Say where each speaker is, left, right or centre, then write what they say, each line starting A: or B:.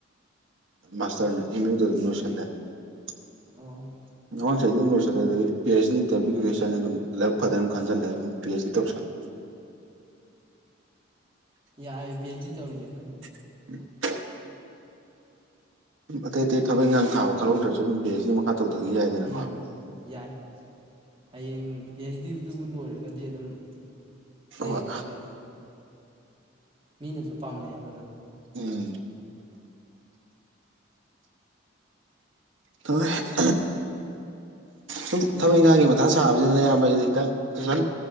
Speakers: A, on the right (about 75°); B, on the right (about 25°).
A: ꯃꯥꯁꯇꯔꯅꯦ ꯑꯃ ꯌꯨ ꯗ ꯑꯗꯨꯝ ꯂꯣꯏꯁꯤꯜꯤ ꯑꯩ
B: ꯑꯣ
A: ꯑꯗꯨꯝ ꯂꯣꯏꯁꯤꯜꯂꯦ ꯑꯗꯒꯤ ꯄ ꯑꯩꯆ ꯏꯟꯇꯚꯤꯌꯒꯤ ꯀꯦꯁꯟ ꯑꯗꯨ ꯂꯥꯏꯛ ꯐꯅ ꯑꯗꯨ ꯈꯟꯜꯂꯦ ꯑꯗꯨꯝ ꯄꯤ ꯑꯩꯆ ꯗꯤ ꯇꯧꯁꯜꯂꯦ꯫
B: ꯌꯥꯏ ꯄꯤ ꯑꯦꯆ ꯗꯤ ꯇꯦꯔꯤꯁꯦ ꯐꯥꯏ꯫
A: <inaudible> ꯑꯗꯨꯝ ꯑꯇꯩ ꯑꯇꯩ ꯊꯕꯛ ꯏꯟꯈꯥꯡ ꯊꯥ ꯈꯜꯍꯧꯗ꯭ꯔꯁꯨ ꯑꯗꯨꯝ ꯄꯦ ꯑꯦꯁ ꯁꯤ ꯃꯈꯥ ꯇꯧꯗꯒ ꯌꯥꯏꯗꯅꯀꯣ
B: ꯎꯝ ꯌꯥꯏ ꯍꯌꯦꯡ ꯄꯤ ꯑꯩꯆ ꯗꯤꯗꯨꯕꯨ ꯂꯣꯏꯔꯒꯗꯤ ꯑꯗꯨꯝ ꯑꯇꯩꯒ
A: ꯍꯣꯏ
B: ꯑꯇꯩꯗ ꯃꯤꯅꯁꯨ ꯄꯥꯝꯅꯩꯑꯕ ꯑꯗꯨꯝ
A: ꯎꯝ <inaudible> ꯁꯨꯝ ꯊꯕꯛ ꯏꯟꯈꯥꯡꯒꯤ ꯃꯊꯥ ꯁꯥꯕꯁꯤꯅ ꯑꯌꯥꯝꯕ ꯈꯤꯛꯇꯪ ꯇꯨꯏꯁꯟ